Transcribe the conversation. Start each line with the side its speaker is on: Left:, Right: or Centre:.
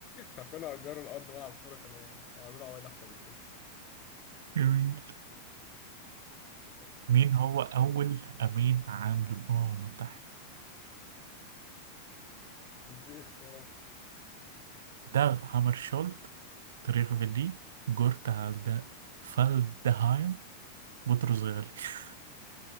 Left: لو كانوا أجروا الأرض ملعب كورة كان هي- هيعملوا عوايد أحسن من كده
Right: جميل
Left: ماشي،
Right: مين هو أول أمين عام للأمم المتحدة؟
Left: دي اختيارات
Right: داغ هامرشولد تريغ فيلي جورت هالدا فالدهايم بطرس غالي <laughs>